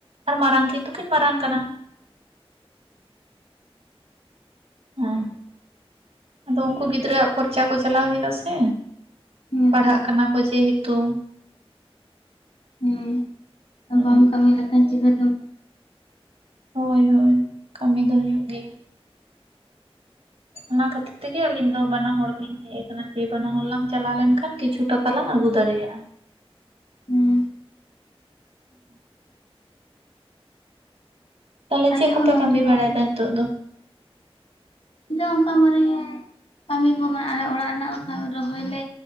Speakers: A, on the right; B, on the left.
A: ᱟᱨ ᱢᱟᱨᱟᱝ ᱠᱤᱱ ᱫᱚ ᱠᱤᱱ ᱢᱟᱨᱟᱝ ᱠᱟᱱᱟ ᱾ <unintelligible> ᱟᱫᱚ ᱩᱱᱠᱩ ᱜᱤᱫᱽᱨᱟᱹᱣᱟᱜ ᱠᱷᱚᱨᱪᱟ ᱠᱚ ᱪᱟᱞᱟᱣ ᱦᱩᱭᱩᱜ-ᱟ ᱥᱮ
B: ᱦᱮᱸᱛᱚ
A: ᱯᱟᱲᱦᱟᱜ ᱠᱟᱱᱟ ᱠᱚ ᱡᱮᱦᱮᱛᱩ ᱾
B: ᱦᱩᱸ, ᱵᱟᱢ
A: ᱦᱩᱸ
B: ᱠᱟᱹᱢᱤ ᱞᱮᱠᱷᱟᱱ ᱪᱤᱠᱟᱹᱛᱮᱢ
A: ᱦᱳᱭ ᱦᱳᱭ, ᱠᱟᱹᱢᱤ ᱫᱚ ᱦᱩᱭᱩᱜ ᱜᱮᱭᱟ ᱾ ᱚᱱᱟ ᱠᱷᱟᱹᱛᱤᱨ ᱛᱮᱜᱮ ᱟᱹᱞᱤᱧ ᱫᱚ ᱵᱟᱱᱟ ᱦᱚᱲ ᱞᱤᱧ ᱦᱮᱡ ᱟᱠᱟᱱᱟ ᱡᱮ ᱵᱟᱱᱟ ᱦᱚᱲ ᱞᱟᱝ ᱪᱟᱞᱟᱣ ᱞᱮᱱᱠᱷᱟᱱ ᱠᱤᱪᱷᱩ ᱴᱟ ᱛᱟᱞᱟᱝ ᱟᱹᱜᱩ ᱫᱟᱲᱮᱭᱟᱜ-ᱟ ᱾
B: ᱦᱮᱸ
A: ᱛᱟᱦᱚᱞᱮ
B: ᱟᱞᱮ
A: ᱪᱮᱫ ᱠᱚᱯᱮ
B: ᱦᱚᱸ ᱱᱚᱱᱛᱮ
A: ᱠᱟᱹᱢᱤ
B: ᱫᱚ
A: ᱵᱟᱲᱟᱭᱮᱫᱟ ᱱᱤᱛᱚᱜ ᱫᱚ?
B: ᱱᱤᱛᱚᱜ ᱚᱱᱠᱟ ᱢᱟᱱᱮ ᱠᱟᱹᱢᱤ ᱠᱚ ᱢᱟᱱᱮ ᱟᱞᱮ ᱚᱲᱟᱜ ᱨᱮᱱᱟᱜ ᱨᱚᱦᱚᱭ ᱞᱮ